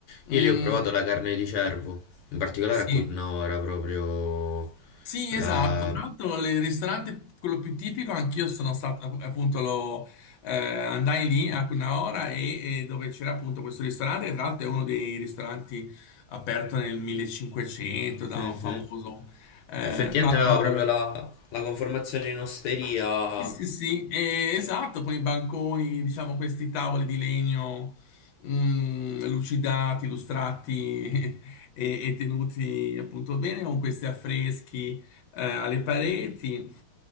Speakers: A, on the left (about 80°); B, on the left (about 65°).
A: Io
B: Mm,
A: lì ho provato la carne di cervo, in particolare
B: sì.
A: a Cutnora, proprio
B: Sì,
A: la...
B: esatto. Tra l'altro, il ristorante, quello più tipico, anch'io sono stato, appunto, lo, eh, andai lì a una ora e, e dove c'era appunto questo ristorante, e tra l'altro è uno dei ristoranti aperto nel 1500 da
A: Mhm.
B: un famoso, eh,
A: Effettivamente
B: tra l'altro,
A: aveva proprio
B: eh,
A: la, la conformazione in osteria.
B: sì, sì, sì, eh, esatto, con i banconi, diciamo, questi tavoli di legno, mm, lucidati, lustrati <laughs> e, e tenuti appunto bene, con questi affreschi eh, alle pareti,